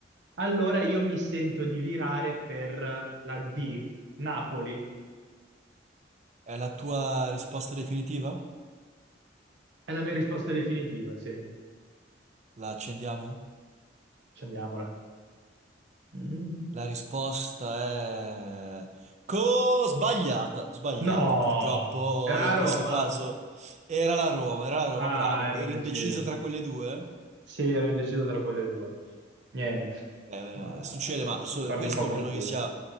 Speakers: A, on the right; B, on the right.
A: allora io mi sento di virare per la D, Napoli.
B: È la tua risposta definitiva?
A: È la mia risposta definitiva, sì.
B: La accendiamo?
A: Scendiamola. Mm.
B: La risposta è... Co... Sbagliata, sbagliata,
A: No,
B: purtroppo
A: era
B: in
A: a
B: questo
A: Roma?
B: caso era la Roma, era la Roma,
A: Ah,
B: bravo,
A: ero
B: eri
A: indeciso.
B: indeciso tra quelle due?
A: Sì, ero indeciso tra quelle due. Niente,
B: Eh,
A: ma
B: succede, ma so-
A: ricordi
B: questo
A: un po' confusi.
B: credo che sia